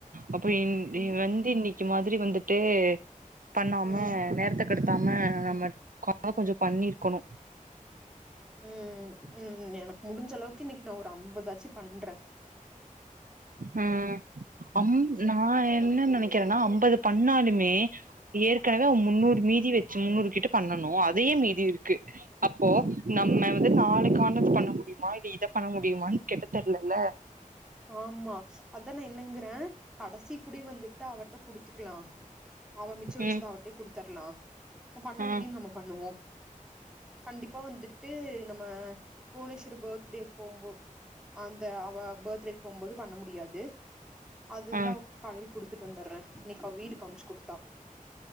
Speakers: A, on the right; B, in the centre.
A: அப்ப இன்
B: ம்
A: வந்து இன்னிக் அக்கி மாதிரி வந்துட்டு பண்ணாம
B: ம்
A: நேரத்து கடுத்தாம நம்ம கா கொஞ்சம் பண்ணிருக்கணும்
B: ம் ம் ம் ம் எனக்கு முடிஞ்ச அளவுக்கு இன்னிக்கு நா ஒரு அம்பது தட்சி பன்ற
A: ஆ அம் நா என்ன நெனைக்கறேன்னா அம்பது பன்னா மே ஏற்கனவே அவ முன்னூறு மீதி வச் முன்னூறு கிட்ட பண்ணணு அதே மீதி இருக்கு அப்போ நம்ம வந்து நாளைக்கானது பண்ண முடியுமா இல்ல இத பண்ண முடியும்மனு கேட்ட தெரியலல
B: ஆமா அதா நா என்னங்கறே கடைசி குடி வந்துட்ட அவட்ட குடுத்துக்கலா அவ மிச்ச வச்சத
A: ம்
B: அவட்ட குடுத்துடலா பண்ண
A: ஆ
B: வேண்டியது நம்ம பண்ணுவோம் கண்டிப்பா வந்துட்டு நம்ம புவனேஸ்வரி பர்த்டே போம்போது அந்த அவ பர்த்டே போம்போது பண்ண முடியாது அது இந்த
A: ஆ
B: அவ கள்ளி குடுத்துட்டு வந்துடறே இன்னிக்கு அவ வீடு காமிச்சு குடுத்தா